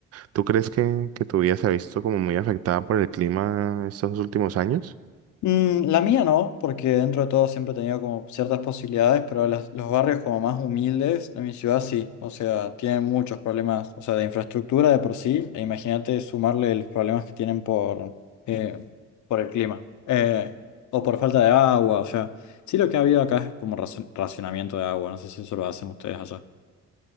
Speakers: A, on the right (about 55°); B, on the left (about 70°).
A: ¿Tú crees que, que tu vida se ha visto como muy afectada por el clima estos últimos años?
B: Mm, la mía no, porque dentro de todo siempre he tenido como ciertas posibilidades, pero las- los barrios como más humildes de mi ciudad sí, o sea, tienen muchos problemas, o sea, de infraestructura de por sí, e imagínate sumarle los problemas que tienen por, eh, por el clima, eh, o por falta de agua, o sea, sí lo que ha habido acá es como razo- racionamiento de agua, no sé si eso lo hacen ustedes allá.